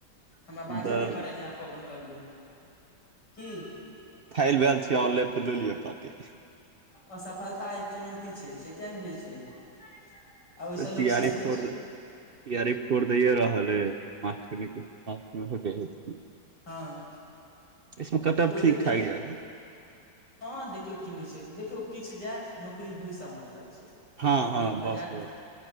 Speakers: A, on the left; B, on the right.
A: हमरा बाजय
B: तऽ
A: नहि पड़ै पवन करियौ की
B: फाइल भेल छै ऑनलाइन तऽ द लिअ पाटी
A: असफलता एक चुनौती छै से किया नहि बुझई छिए आ ओहिसँ
B: तैयारी
A: लोक सीखै
B: फोड़
A: छै
B: तैयारी फोड़ दैए रहल है मास्टर <unintelligible>
A: हँ
B: इसमे कटब
A: ओ दैते
B: ठीक ठाक जाइ हइ।
A: हँ देखियौ की होइ छै देखियौ किछु जाय नौकरी होइसँ मतलब छै
B: हँ
A: नौकरी
B: हँ
A: भए
B: बस
A: जायत
B: बस